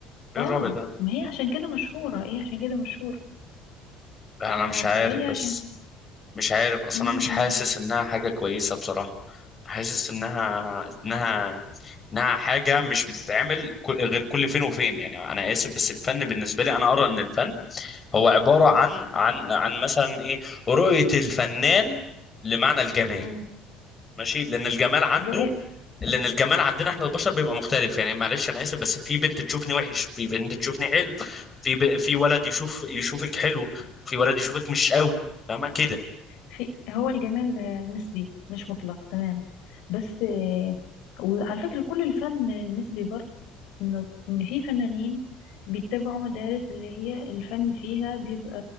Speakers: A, on the left; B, on the left.
A: ايه
B: آه
A: الرعب ده
B: ما هي عشان كده مشهورة إيه عشان كده مشهورة
A: لا
B: آه
A: انا مش عارف
B: فهي عشان
A: بس مش عارف اصلا
B: م- م-
A: انا مش حاسس انها حاجه كويسه بصراحه حاسس انها انها انها حاجه مش بتتعمل كل- غير كل فين وفين يعني انا اسف بس الفن بالنسبه لي انا ارى ان الفن هو عباره عن
B: م-
A: عن عن مثلا ايه رؤيه الفنان لمعنى الجمال
B: م.
A: ماشي لان الجمال عنده
B: رؤية
A: لان الجمال عندنا احنا البشر بيبقى مختلف يعني معلش انا اسف بس في بنت تشوفني وحش وفي بنت تشوفني حلو في ب... في ولد يشوف يشوفك حلوه في ولد يشوفك مش قوي فاهمه كده
B: في هو الجمال آه، نسبي مش مطلق تمام بس آه، وعلى فكرة كل الفن نسبي برضه انه ان في فنانين بيتبعوا مدارس اللي هي الفن فيها بيبقى